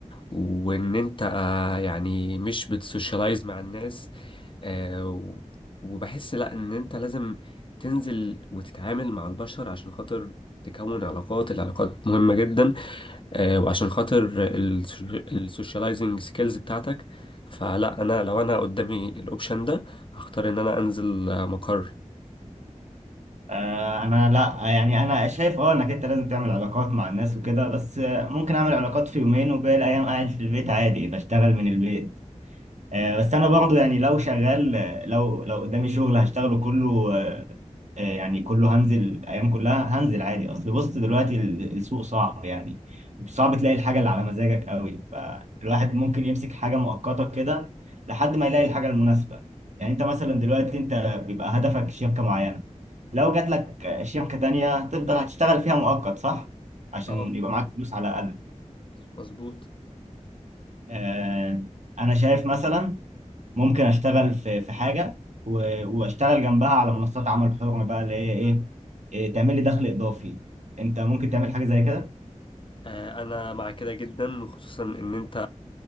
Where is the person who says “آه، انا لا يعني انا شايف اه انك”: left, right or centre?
Right